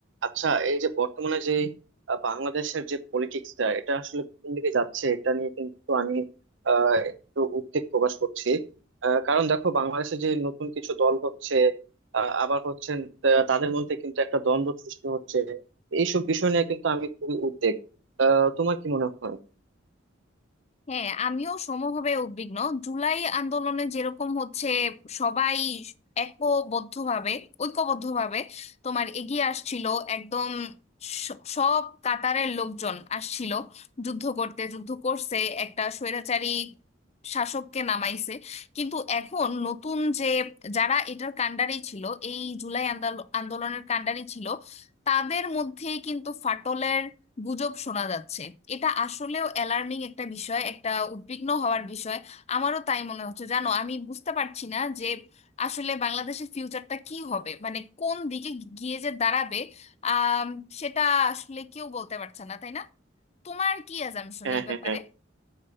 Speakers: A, on the right; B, on the left.
A: আচ্ছা এই যে বর্তমানে যে আহ, বাংলাদেশের যে পলিটিক্সটা এটা আসলে কোন দিকে যাচ্ছে এটা নিয়ে কিন্তু আমি আহ, একটু উদ্বেগ প্রকাশ করছি আহ, কারণ দেখো বাংলাদেশে যে নতুন কিছু দল হচ্ছে আহ, আবার হচ্ছে তা- তাদের মধ্যে কিন্তু একটা দ্বন্দ্ব সৃষ্টি হচ্ছে এইসব বিষয় নিয়ে কিন্তু আমি খুবই উদ্বেগ আহ, তোমার কি মনে হয়
B: হ্যাঁ আমিও সমভাবে উদ্বিগ্ন জুলাই আন্দোলনে যেরকম হচ্ছে সবাই একবদ্ধভাবে ঐক্যবদ্ধভাবে তোমার এগিয়ে আসছিল একদম স- সব কাতারের লোকজন আসছিল যুদ্ধ করতে যুদ্ধ করছে একটা স্বৈরাচারী শাসককে নামাইছে কিন্তু এখন নতুন যে যারা এটার কাণ্ডারি ছিল এই জুলাই আন্দোল- আন্দোলনের কাণ্ডারি ছিল তাদের মধ্যেই কিন্তু ফাটলের গুজব শোনা যাচ্ছে এটা আসলেও অ্যালার্মিং একটা বিষয় একটা উদ্বিগ্ন হওয়ার বিষয় আমারও তাই মনে হচ্ছে জানো আমি বুঝতে পারছি না যে আসলে বাংলাদেশের ফিউচারটা কি হবে মানে কোন দিকে গিয়ে যে দাঁড়াবে আহ সেটা আসলে কেউ বলতে পারছে না তাই না তোমার কি অ্যাজাম্পশন
A: হ্যাঁ
B: এই
A: হ্যাঁ
B: ব্যাপারে
A: হ্যাঁ